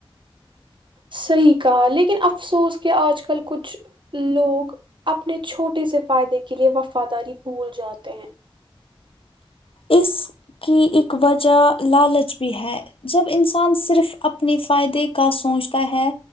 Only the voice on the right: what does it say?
صحیح کہا لیکن افسوس کہ آج کل کچھ لوگ اپنے چھوٹے سے فائدے کےلئے وفاداری بھول جاتے ہیں